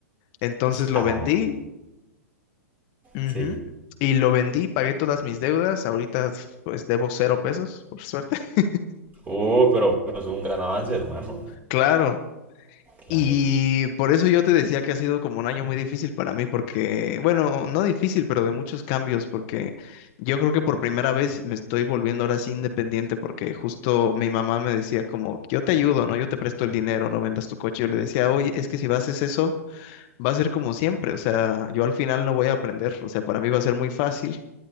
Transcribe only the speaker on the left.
entonces lo
vendí, ujú,
Y lo vendí, pagué todas mis deudas, ahorita pues debo cero pesos, por suerte. <laughs>
Claro.
Y por eso yo te decía que ha sido como un año muy difícil para mí, porque, bueno, no difícil, pero de muchos cambios, porque yo creo que por primera vez me estoy volviendo ahora sí independiente, porque justo mi mamá me decía como, yo te ayudo, ¿no? Yo te presto el dinero, no vendas tu coche. Yo le decía, oye, es que si vas a hacer eso, va a ser como siempre, o sea, yo al final no voy a aprender, o sea, para mí va a ser muy fácil